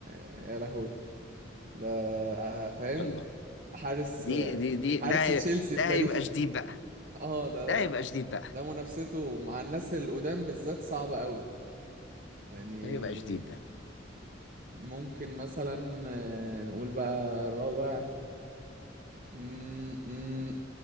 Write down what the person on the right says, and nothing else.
يا لهوي لا فاهم
حارس
حارس
تشيلسي
التاريخ
<laughs> اه ده
ده
ده منافسته مع الناس القدام بالذات صعبة قوي يعني
ممكن مثلا آه، نقول بقى الرابع مم، مم.